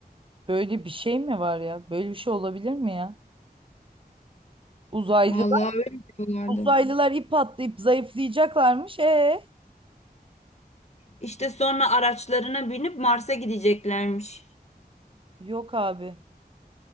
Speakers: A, on the right; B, on the left.
A: böyle bir şey mi var ya? Böyle bir şey olabilir mi ya? Uzaylılar,
B: Vallahi öyle diyorlardı.
A: uzaylılar ip atlayıp zayıflayacaklarmış. E
B: İşte sonra araçlarına binip Mars'a gideceklermiş.
A: yok abi.